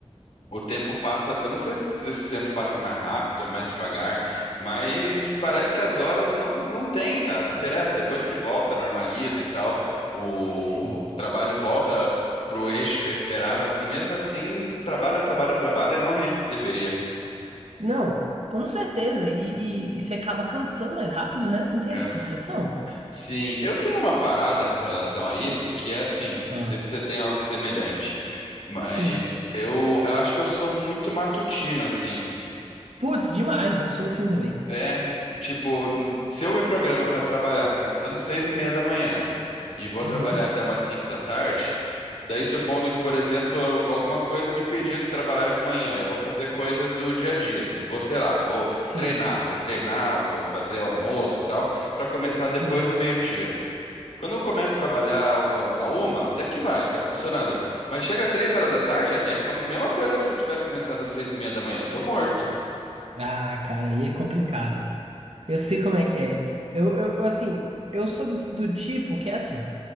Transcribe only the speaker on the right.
Sim.
Não, com certeza. E, e, e você acaba cansando mais rápido, né? Você não tem
essa impressão?
Ah,
sim.
Putz, demais. Eu sou assim também.
Uhum.
Sim,
sim.
Ah, cara, aí é complicado. Eu sei como é que é. Eu, eu assim, eu sou do, do tipo que é assim.